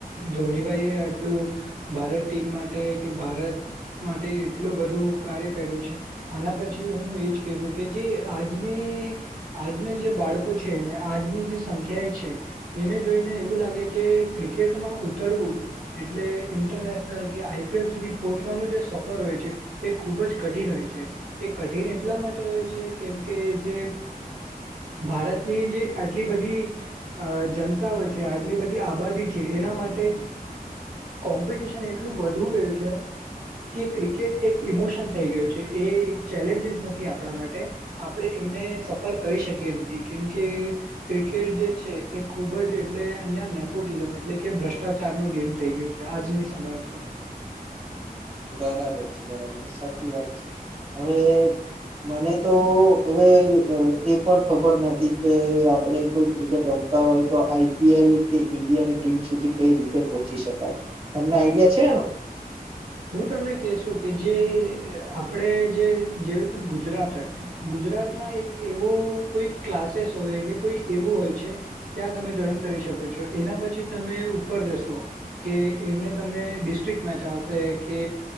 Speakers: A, on the right; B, on the right.
A: ધોનીભાઈ એ આટલું ભારત ટીમ માટે એ કે ભારત માટે એટલું બધું કાર્ય કર્યું છે આના પછી હું એજ કેશું કે જે આજની એ આજના જે બાળકો છે ને આજની જે સંખ્યા એ છે એને જોઈને એવું લાગે કે ક્રિકેટમાં ઉતરવું એટલે ઇન્ટરનેશનલ કે આઈ આઈપીએલ સુધી પહોંચવાનું જે સફર હોય છે એ ખૂબ જ કઠિન હોય છે એ કઠિન એટલા માટે હોય છે કેમ કે જે ભારતની જે આટલી બધી અ જનતાઓ છે આટલી બધી આબાદી છે એના માટે કોમ્પિટિશન એટલું વધુ ગયું છે. કે ક્રિકેટ એક ઇમોશન થઈ ગયો છે એ એક ચેલેન્જીસ નથી આપણા માટે આપણે એ એમને સફર કરી શકીએ નથી કેમ કે ક્રિકેટ જે છે. એ ખૂબ જ એટલે અહીંયા નેપોટિઝમ એટલે કે ભ્રષ્ટાચારનો ગેમ થઈ ગયો છે આજની સમય ઉપર
B: <unintelligible> બરાબર છે બરાબર સાચી વાત છે હવે મને તો હવે એ પણ ખબર નથી કે આપણે કોઈ ક્રિકેટ રમ- તો આઈપીએલ કે ઈન્ડિયાની ટીમ સુધી કઈ રીતે પહોચી શકાય તમને આઈડિયા છે આનો <unintelligible>
A: હું તમને કહેશું કે જે આપણે જે જેવી કે ગુજરાત હોય ગુજરાત માં એક એવો કોઈ ક્લાસેસ હોય કે કોઈ એવું હોય છે ત્યાં તમે જોઈન કરી શકો એના પછી તમે ઉપર જશો કે એમને તમે ડિસ્ટ્રિક મેચ આવશો આવશે કે